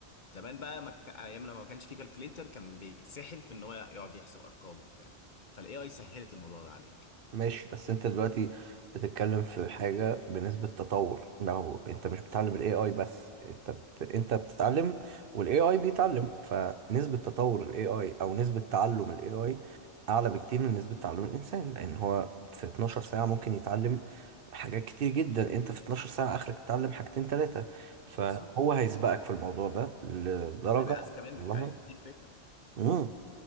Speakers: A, on the left (about 45°); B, on the right (about 55°).
A: زمان بقى ما ك- ايام لما ما كانش في كالكوليتر كان بيتسحل في ان هو يقعد يحسب ارقام وبتاع فالاي اي سهلت الموضوع ده عليك
B: ماشي بس انت دلوقتي بتتكلم في حاجة بنسبة تطور لو انت مش بتتعلم ال AI بس انت بت... انت بتتعلم وال AI بيتعلم فنسبة تطور ال AI او نسبة تعلم ال AI اعلى بكتير من نسبة تعلم الانسان لان هو في 12 ساعة ممكن يتعلم حاجات كتير جدا انت في 12 ساعة اخرك تتعلم حاجتين تلاتة فهو
A: بالظبط
B: هيسبقك
A: بالظبط
B: في الموضوع ده لدرجة
A: هيبقى اذكى منك
B: والله
A: عايز دي الفكره
B: مم.